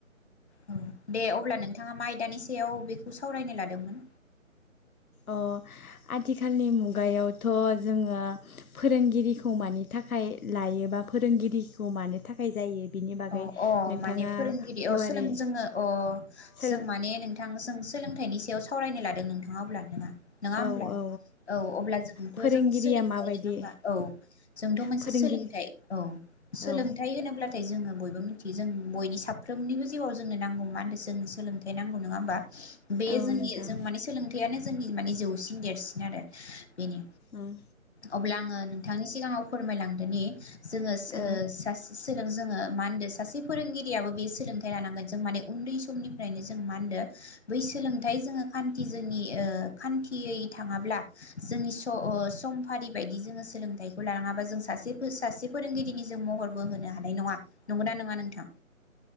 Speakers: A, on the left; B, on the left.
A: औ दे अब्ला नोंथाङा मा आयदानि सायाव बेखौ सावरायनो लादोंमोन?
B: अ आथिखालनि मुगायावथ' जोङो फोरोंगिरिखौ मानि थाखाय लायोबा फोरोंगिरिखौ मानो थाखाय जायो बिनि बागै
A: अ अ
B: नोंथाङा
A: माने फोरोंगिरि
B: गुवारै
A: अ सोलों जोङो अ
B: सोल
A: जों माने नोंथां जों सोलोंथाइनि सायाव सावरायनो लादों नोंथाङा अब्ला नोंङा? नङा
B: औ
A: होमब्ला?
B: औ
A: औ अब्ला जोंथ'
B: फोरोंगिरिया
A: जों सोलोंथाइ
B: माबायदि
A: नङा होनबा? औ जोंथ' मोनसे
B: फोरोंगिरि
A: सोलोंथाइ औ सोलोंथाइ
B: औ
A: होनोब्ला थाय जोङो बयबो मिनथियो जों बयनि साफ्रोमनिबो जिउआव जोंनो नांगौ मा होनदों जोंनो सोलोंथाइ नांगौ। नङा होमबा? बे
B: औ नोंथां
A: जोंनि जों माने सोलोंथायानो जोंनि माने जौसिन देरसिन आरो। बेनो
B: ओं
A: अब्ला आङो नोंथांनि सिगाङाव। फोरमायलांदोनि जोङो सो
B: औ
A: सासे सोलों जोङो मा होनदो सासे फोरोंगिरियाबो बे सोलोंथाइ लानांगोन जों माने उन्दै समनिफ्रायनो जों मा होनदो बै सोलोंथाइ जोङो खान्थि जोंनि ओ खान्थियै थाङाब्ला जोंनि सम समफारि बायदि जोङो सोलोंथाइखौ लाङाबा जों सासे सासे फोरोंगिरिनि जों महरबो होनो हानाय नङा। नंगौना नङा नोंथां?